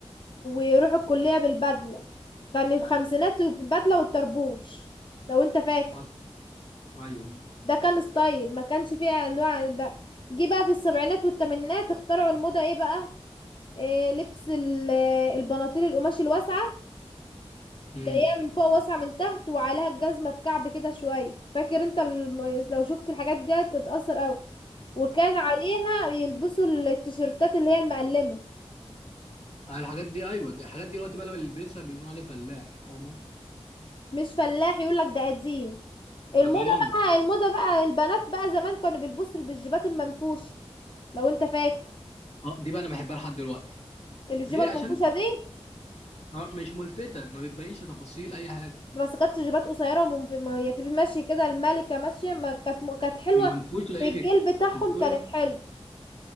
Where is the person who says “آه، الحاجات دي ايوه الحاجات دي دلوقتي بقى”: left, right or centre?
Left